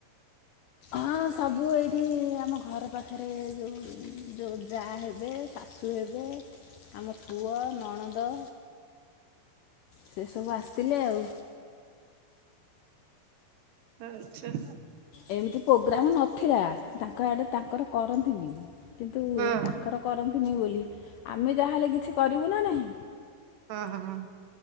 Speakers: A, on the left; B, on the right.
A: ହଁ ସବୁ ଏଇଠି ଆମ ଘର ପାଖରେ ଯେଉଁ ଯେଉଁ ଯା ହେବେ ଶାଶୁ ହେବେ ଆମ। ପୁଅ ନଣନ୍ଦ। ସେ ସବୁ ଆସିଥିଲେ ଆଉ।
B: ଆଚ୍ଛା।
A: ଏମିତି ପ୍ରୋଗ୍ରାମ ନଥିଲା ତାଙ୍କ ଆଡ଼େ ତାଙ୍କର। କରନ୍ତିନି। କିନ୍ତୁ
B: ହଁ
A: ତାଙ୍କର କରନ୍ତିନି ବୋଲି ଆମେ ଯାହାହେଲେ କିଛି କରିବୁ ନା ନାହିଁ।
B: ହଁ ହଁ